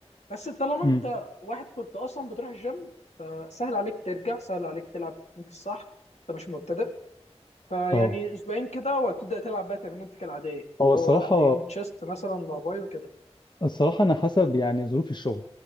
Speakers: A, on the left; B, on the left.
A: بس طالما انت
B: امم
A: واحد كنت اصلا بتروح الجيم سهل عليك ترجع سهل عليك تلعب تكنيك الصح انت مش مبتدئ فيعني
B: اه
A: اسبوعين كده وهتبدا تلعب بقى تمرينتك العاديه
B: هو
A: اللي
B: الصراحة
A: هو لا يوم تشيست مثلا مع باي وكده
B: الصراحة انا حسب يعني ظروف الشغل